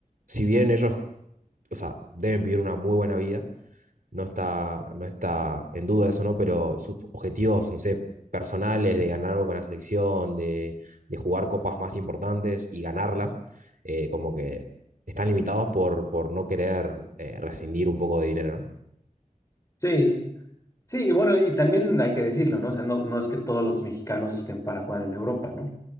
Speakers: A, on the right (about 75°); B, on the left (about 20°).
A: si bien ellos o sea, deben vivir una muy buena vida, no está, no está en duda eso, ¿no? Pero sus objetivos, no sé, personales de ganar algo con la selección, de, de jugar copas más importantes y ganarlas, eh, como que están limitados por, por no querer eh, rescindir un poco de dinero, ¿no?
B: Sí, Sí, y bueno, y también hay que decirlo, ¿no? O sea, no, no es que todos los mexicanos estén para jugar en Europa, ¿no?